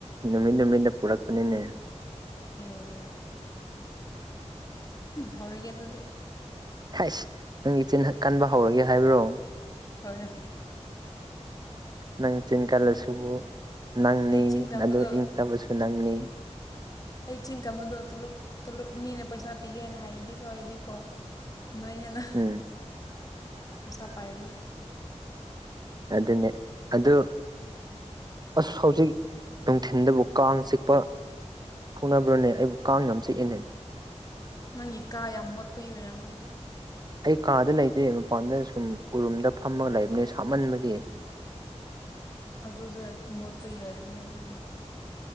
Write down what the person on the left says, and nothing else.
ꯑꯦ ꯍꯧꯔꯒꯤ ꯑꯗꯨꯗꯤ
ꯍꯣꯔꯦꯟ
ꯑꯩ ꯆꯤꯟ ꯀꯟꯕꯗꯣ
ꯑꯩ ꯆꯤꯡ ꯀꯝꯕꯗꯣꯂꯞꯂꯞ ꯃꯤꯅ ꯄꯩꯁꯥ ꯄꯤꯒꯦꯅ ꯍꯥꯏꯗꯤꯀꯣ ꯑꯩꯗꯤꯀꯣ ꯅꯗ
ꯄꯩꯁꯥ ꯄꯥꯏꯗ
ꯅꯪꯒꯤ ꯀꯥ ꯌꯥꯝ ꯃꯣꯠꯄꯒꯤ ꯑꯣꯏꯔꯝꯃꯦ
ꯑꯗꯨꯗ ꯃꯣꯠꯄ ꯌꯣꯏꯔꯝꯅꯦ ꯑꯗꯨꯗꯤ